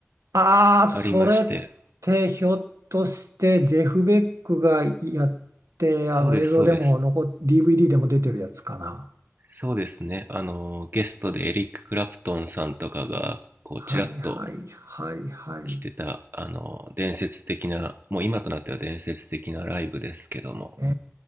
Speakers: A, on the right; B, on the right.
A: ああ、
B: ありまして、
A: それってひょっとしてジェフ・ベックがやって、
B: そうです、
A: あの映像でも残っ、
B: そうです。
A: DVD でも出てるやつかな。
B: そうですね。あの、ゲストでエリック・クラプトンさんとかが、こう、
A: はいはいはいはい。
B: ちらっと来てた、あの、伝説的な、もう今となっては伝説的なライブですけども、
A: え